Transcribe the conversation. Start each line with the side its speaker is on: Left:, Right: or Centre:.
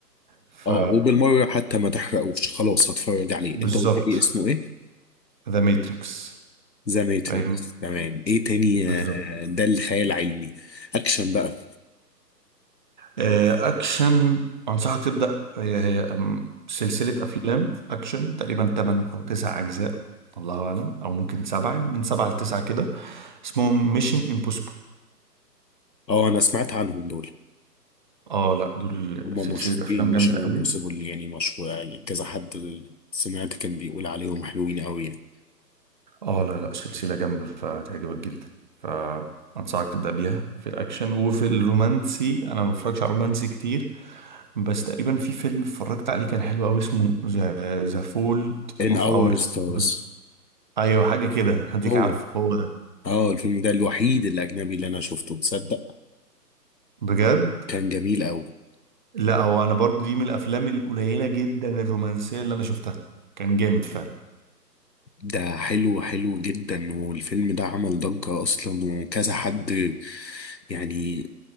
Right: ف
Left: اه وبالمره حتى ما تحرقوش خلاص هتفرج عليه
Right: بالظبط
Left: انت قلت لي اسمه ايه
Right: ذا ماتريكس
Left: ذا ماتريكس
Right: فاهم
Left: تمام ايه تاني
Right: بالظبط
Left: آه، ده الخيال العلمي اكشن بقى
Right: آه، اكشن انصحك تبدا هي هي أم، سلسله افلام اكشن تقريبا 8 او 9 اجزاء الله اعلم او ممكن سبعه يعني من سبعه لتسعه كده اسمهم ميشن امبوسيبل
Left: اه انا سمعت عنهم دول
Right: اه لا دول
Left: هما
Right: سلسله
Left: مشهورين
Right: افلام
Left: ميشن
Right: جامده
Left: امبوسيبل
Right: قوي
Left: يعني مشهور يعني كذا حد سمعت كان بيقول عليهم حلوين قوي يعني
Right: اه لا لا سلسلة جامدة فهتعجبك جدا فأنصحك تبدأ بيها في الأكشن وفي الرومانسي أنا ما بتفرجش على رومانسي كتير بس تقريبا في فيلم اتفرجت عليه كان حلو أوي اسمه ذا ذا فولت
Left: In
Right: أوف
Left: Our
Right: أور ستارز
Left: Stars
Right: أيوة حاجة كده هديك
Left: هو
Right: عارفه هو ده
Left: اه الفيلم ده الوحيد الأجنبي اللي أنا شفته تصدق
Right: بجد
Left: كان جميل أوي
Right: لا هو أنا برضو دي من الأفلام القليلة جدا الرومانسية اللي أنا شفتها كان جامد فعلا
Left: ده حلو حلو جدا والفيلم ده عمل ضجة أصلا وكذا حد يعني